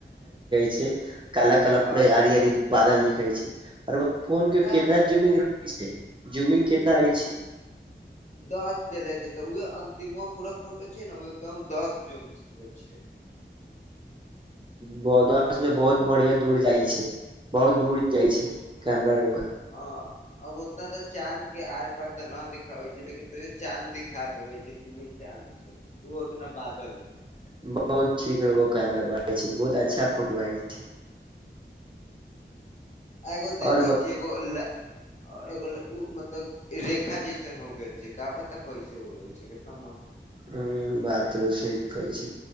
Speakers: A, on the right; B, on the left.
A: छै। काला काला
B: हँ
A: पूराआरी
B: तऽ
A: आरी बादल देखैय छै। अरवक फोन
B: नहि
A: के कितना
B: तऽ
A: जुमिंग <unintelligible> स्टे जूमिंग कितना रहै
B: उ
A: छै।
B: दस देले छै, तऽ उहें अंतिमो पूरा फोटो छै न, ओ एकदम दस जूम स छै।
A: ब दस में बहुत बढ़ियां दूर जाइ छै, बहुत दूर जाइ छै कैमरा रौआ।
B: अँ अब उतना तऽ चाँद के आर-पार तऽ न दिखाबै छै, लेकिन तैयो चाँद दिखा देबे छै, कि उवे चाँद ओ उतना बादल
A: बहुत ठीक गो कैमरा बड़ा छै, बहुत अच्छा फोटो आय छ
B: एगो देखै
A: और ब
B: छियै एगो लै एगो उ मतलब रेखा जैसन हो गेल छै, का पता कैसे हो गेल छै, कितना मस्त
A: हम्म बात र सहि कहै छै,